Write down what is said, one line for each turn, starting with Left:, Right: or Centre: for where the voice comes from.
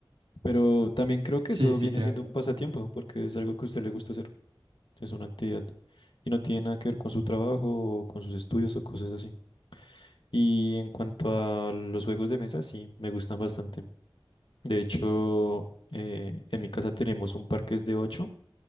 Left: Pero también creo que
Right: Sí,
Left: eso
Right: sí
Left: viene
Right: creo.
Left: siendo un pasatiempo, porque es algo que a usted le gusta hacer, es una actividad. Y no tiene nada que ver con su trabajo o con sus estudios o cosas así. Y en cuanto a los juegos de mesa, sí, me gustan bastante. De hecho, eh, en mi casa tenemos un parque es de ocho,